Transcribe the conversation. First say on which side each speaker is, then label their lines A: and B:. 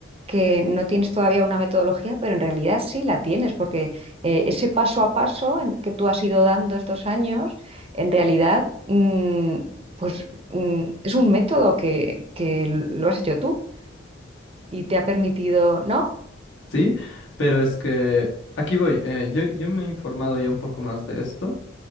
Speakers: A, on the right; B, on the left.
A: que no tienes todavía una metodología, pero en realidad sí la tienes, porque eh, ese paso a paso en que tú has ido dando estos años, en realidad, mm, pues mm, es un método que, que lo has hecho tú. Y te ha permitido, ¿no?
B: Sí, pero es que aquí voy. eh, yo, yo me he informado ya un poco más de esto.